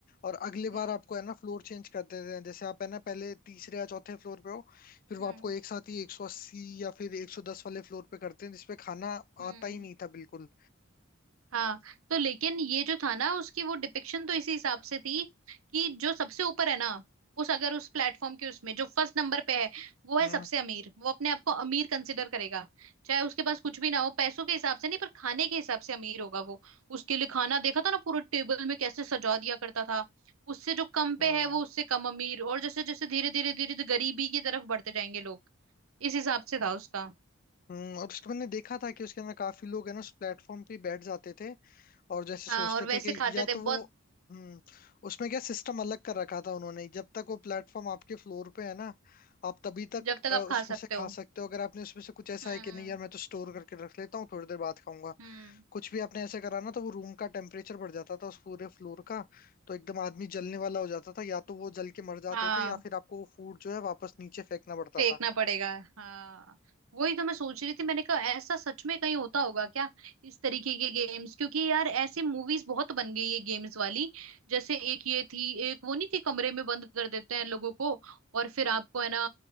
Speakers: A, on the left; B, on the right.
A: और अगले
B: हम्म
A: बार आपको है ना फ्लोर चेंज कर देते हैं जैसे आप है ना पहले तीसरे या चौथे फ्लोर पे हो फिर वो
B: हम्म
A: आपको एक साथ ही एक सौ अस्सी या फिर एक सौ दस वाले फ्लोर पे करते हैं जिसपे खाना
B: हम्म
A: आता ही नहीं था बिल्कुल
B: हाँ तो लेकिन ये जो था ना उसकी वो डिपिक्शन तो इसी हिसाब से थी कि जो सबसे ऊपर है ना उस अगर उस प्लेटफॉर्म के उसमें जो फर्स्ट नंबर पे है वो है
A: हम्म
B: सबसे अमीर वो अपने आप को अमीर कंसिडर करेगा चाहे उसके पास कुछ भी ना हो पैसों के हिसाब से नहीं पर खाने के हिसाब से अमीर होगा वो उसके लिए खाना देखा था ना पूरे टेबल में कैसे सजा दिया करता था उससे जो कम पे
A: हम्म
B: है वो उससे कम अमीर और जैसे जैसे धीरे धीरे धीरे गरीबी की तरफ बढ़ते जाएंगे लोग इस हिसाब से था उसका
A: हम्म, और उसके मैंने देखा था कि उसके अंदर काफी लोग है ना उस प्लेटफॉर्म पे ही बैठ जाते थे और जैसे
B: हाँ
A: सोचते
B: और वैसे
A: थे कि
B: खाते
A: या
B: थे
A: तो
B: बहुत
A: वो हम्म उसमें क्या सिस्टम अलग कर रखा था उन्होंने जब तक वो प्लेटफॉर्म आपके फ्लोर पे है ना आप तभी तक
B: जब तक
A: अ, उसमें
B: आप खा सकते
A: से खा
B: हो
A: सकते हो अगर आपने उसमें से कुछ ऐसा
B: हम्म
A: है कि नहीं यार मैं तो स्टोर करके रख लेता हूँ थोड़ी देर बाद खाऊंगा
B: हम्म
A: कुछ भी आपने ऐसे करा ना तो वो रूम का टेम्परेचर बढ़ जाता था उस पूरे फ्लोर का तो एकदम आदमी जलने वाला हो जाता था या तो वो जल के मर जाते
B: हाँ
A: थे या फिर आपको वो फूड जो है वापस नीचे फेंकना पड़ता
B: फेंकना
A: था
B: पड़ेगा हाँ वही तो मैं सोच रही थी मैंने कहा ऐसा सच में कहीं होता होगा क्या इस तरीके के गेम्स क्योंकि यार ऐसे मूवीज बहुत बन गई है गेम्स वाली जैसे एक ये थी एक वो नहीं थी कमरे में बंद कर देते हैं लोगों को और फिर आपको है ना